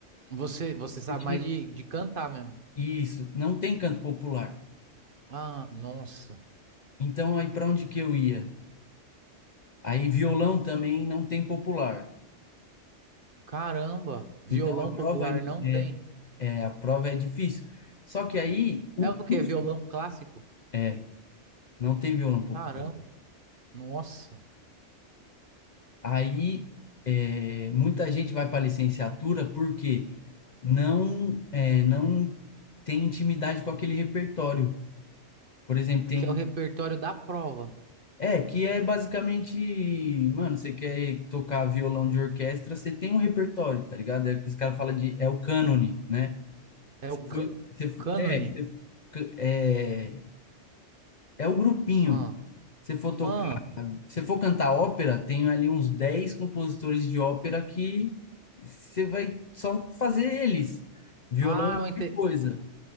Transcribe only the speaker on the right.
Você, você sabe
mais de, de cantar mesmo.
Ah, nossa.
Caramba. Violão
popular
não tem.
É o
quê? Violão clássico?
Caramba. Nossa.
Que é o repertório da prova.
É
o cânone.
cânone.
Ah,
ah.
Ah,
eu ente-